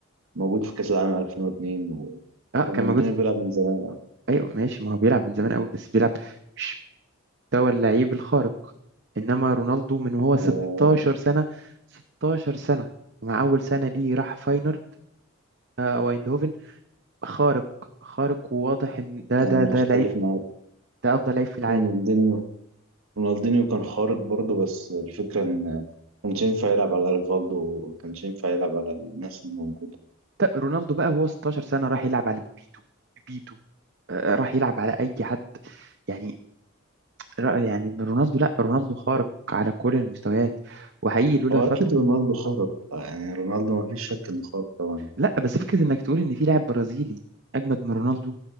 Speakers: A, on the right; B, on the right.
A: موجود في كاس العالم 2002 و...
B: اه
A: رونالدينيو
B: كان موجود
A: بيلعب من زمان
B: ايوه ماشي ما هو بيلعب من زمان قوي بس بيلعب مش مستوى اللعيب الخارق انما رونالدو من وهو 16
A: آه،
B: سنة 16 سنة ومع اول سنة دي راح فاينورد او ايندهوفن خارق خارق وواضح ان ده
A: يعني
B: ده ده
A: اختلف
B: لعيب
A: معاك
B: ده افضل لعيب في العالم
A: رونالدينيو رونالدينيو كان خارق برضه بس الفكرة إن ما كانش ينفع يلعب على ريفالدو وما كانش ينفع يلعب على الناس الموجودة
B: طب رونالدو بقى وهو 16 سنة راح يلعب على بيتو بيتو آه، راح يلعب على اي حد يعني را- يعني رونالدو لا رونالدو خارق على كل المستويات وحقيقي لولا
A: هو
B: فترة
A: أكيد رونالدو خارق آه، يعني رونالدو ما فيش شك إنه خارق طبعا
B: لا بس فكرة انك تقول ان في لاعب برازيلي اجمد من رونالدو